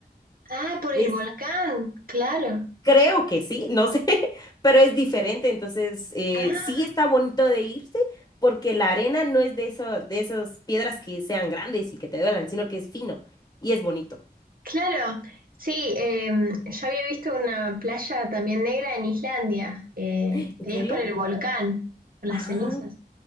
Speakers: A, on the right (about 65°); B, on the left (about 25°).
A: Ah, por
B: es,
A: el volcán, claro.
B: creo que sí, no sé, <laughs> pero es diferente. Entonces, eh,
A: Ah,
B: sí está bonito de irse porque la arena no es de eso, de esas piedras que sean grandes y que te duelan, sino que es fino y es bonito.
A: claro. Sí, eh, yo había visto una playa también negra en Islandia, eh,
B: ¿En
A: y
B: serio?
A: es por el volcán, por las
B: Ah,
A: cenizas.